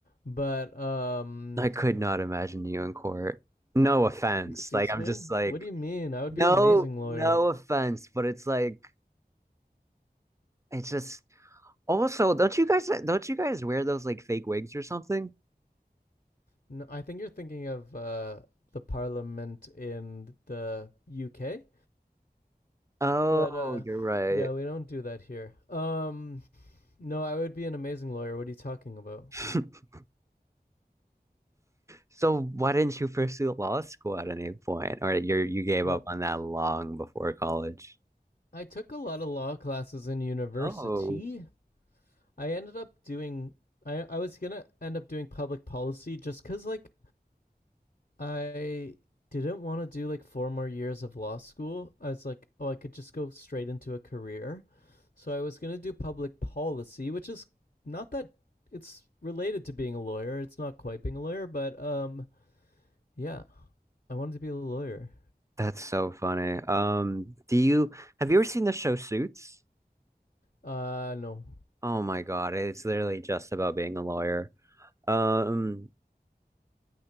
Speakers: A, on the left; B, on the right.
A: but um.
B: I could not imagine you in court. No offense.
A: Excuse
B: Like I'm
A: me?
B: just like
A: What do you mean? I would
B: no
A: be an amazing lawyer.
B: no offense, but it's like it's just also don't you guys don't you guys wear those like fake wigs or something?
A: No, I think you're thinking of uh, the parliament in the UK,
B: Oh,
A: but uh,
B: you're right.
A: yeah, we don't do that here. Um, no, I would be an amazing lawyer. What are you talking about?
B: <laughs> So why didn't you pursue law school at any point? Or you you gave
A: Well,
B: up on that long before college?
A: I took a lot of law classes in university.
B: Oh,
A: I ended up doing. I, I was gonna end up doing public policy just because like I didn't want to do like four more years of law school. I was like, oh, I could just go straight into a career. So I was going to do public policy, which is not that it's related to being a lawyer. It's not quite being a lawyer, but um yeah, I wanted to be a lawyer.
B: that's so funny. Um, do you have you ever seen the show Suits?
A: Uh no.
B: Oh my God, it's literally just about being a lawyer. Um,